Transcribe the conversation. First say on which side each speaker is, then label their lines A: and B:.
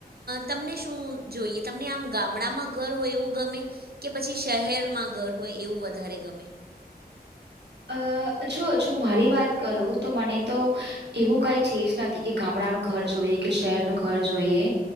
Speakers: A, on the right; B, on the right.
A: તમને શું જોઈએ તમને આમ ગામડામાં ઘર હોય એવું ગમે કે પછી શહેરમાં ઘર હોય એવું વધારે ગમે
B: અ જો જો મારી વાત કરું તો મને તો એવું કઈ છે જ નથી. કે ગામડાનું ઘર જોઈએ કે શહેર ન ઘર જોઈએ.